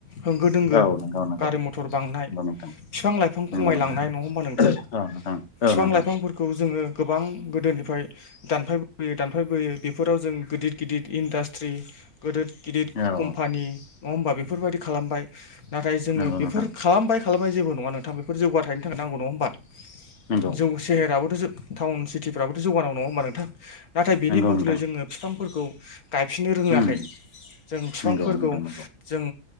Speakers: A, on the left; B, on the left.
A: होंगो दोंगो
B: औ नंगौ नंगौ
A: गारि मथर बांनाय
B: नंगौ नोंथां
A: फिफां लाइफां
B: नंगौ
A: खमायलांनाय
B: नोंथां
A: नङा होमबा नोंथां?
B: औ नोंथां औ
A: फिफां
B: नोंथां
A: लाइफांफोरखौ जोङो गोबां गोदोनिफ्राय दानफायबोयै दानफायबोयै बेफोराव जों गोदिद गिदिर इन्डास्ट ट्रि गोदोत गिदिर
B: औ
A: कम्फानि नङा होमबा बेफोरबायदि खालामबाय नाथाय जोङो
B: नंगौ नोंथां
A: बेफोर खालामबाय खालामबाय जेबो नङा नोंथां बेफोर जौगाथायनि थाखाय नांगौ नङा होमबा?
B: नंगौ
A: जौ सेहेराबोथ' जो टाउन सिटिफ्राबोथ' जौगा नांगौ नङा होमबा नोंथां? नाथाय बेनि
B: नंगौ
A: बदलै
B: नोंथां
A: जोङो फिफांफोरखौ गायफिननो रोङाखै।
B: उम
A: जों फिफांफोरखौ
B: नंगौ नोंथां नंगौ
A: जों